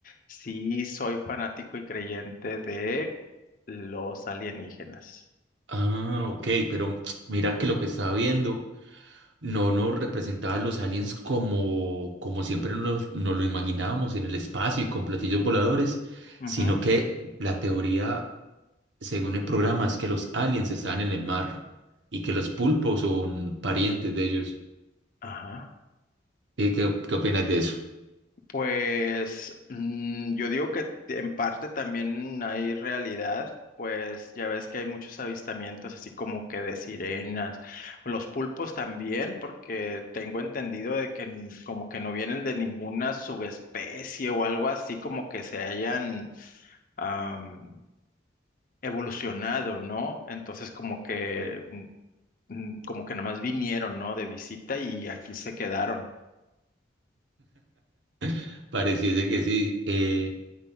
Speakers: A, on the left; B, on the right.
A: sí soy fanático y creyente de los alienígenas.
B: Ah, ok, pero <tsk> mira que lo que estaba viendo no nos representaba a los aliens como, como siempre nos, nos lo imaginábamos en el espacio y con platillos voladores,
A: Ujú,
B: sino que la teoría, según el programa, es que los aliens estaban en el mar y que los pulpos son parientes de ellos.
A: Ajá.
B: ¿Y qué, qué opinas de eso?
A: Pues mm, yo digo que en parte también hay realidad, pues ya ves que hay muchos avistamientos así como que de sirenas, los pulpos también, porque tengo entendido de que n- como que no vienen de ninguna subespecie o algo así como que se hayan am, evolucionado, ¿no? Entonces como que mm, mm, como que nada más vinieron, ¿no? De visita y aquí se quedaron.
B: <laughs> Pareciese que sí. Eh,